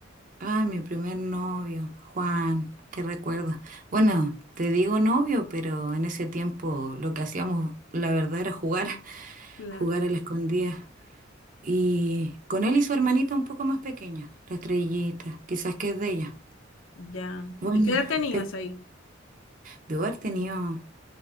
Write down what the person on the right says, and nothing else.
Ay, mi primer novio, Juan, qué recuerdo. Bueno, te digo novio, pero en ese tiempo lo que hacíamos, la verdad, era jugar, <laughs>
jugar a la escondida. Y con él y su hermanita un poco más pequeña, la estrellita, quizás que es de ella.
Bueno,
de
debo haber tenido